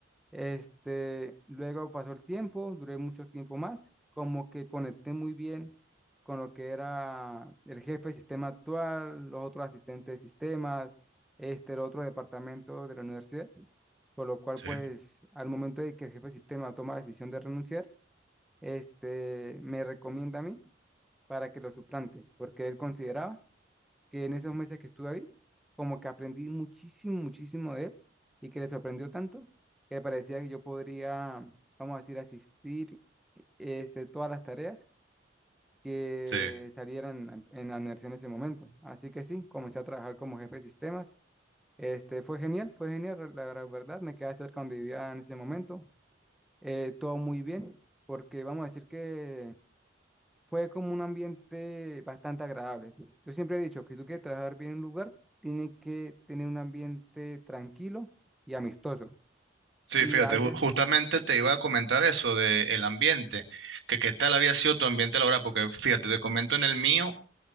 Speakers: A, in the centre; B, on the right.
A: Este, luego pasó el tiempo, duré mucho tiempo más, como que conecté muy bien con lo que era el jefe de sistema actual, los otros asistentes de sistemas, este, el otro departamento de la universidad, por lo cual
B: Sí,
A: pues al momento de que el jefe de sistema toma la decisión de renunciar, este, me recomienda a mí para que lo suplante, porque él consideraba que en esos meses que estuve ahí, como que aprendí muchísimo, muchísimo de él y que le sorprendió tanto que le parecía que yo podría, vamos a decir, asistir este, todas las tareas que
B: sí.
A: salieran en en la universidad en ese momento. Así que sí, comencé a trabajar como jefe de sistemas. Este, fue genial, fue genial, la gra- verdad, me quedaba cerca donde vivía en ese momento. Eh, todo muy bien, porque vamos a decir que fue como un ambiente bastante agradable. Yo siempre he dicho que tú quieres trabajar bien en un lugar, tienes que tener un ambiente tranquilo y amistoso.
B: Sí,
A: Y
B: fíjate,
A: allá,
B: ju- justamente te iba a comentar eso del ambiente, que qué tal había sido tu ambiente laboral, porque fíjate, te comento en el mío,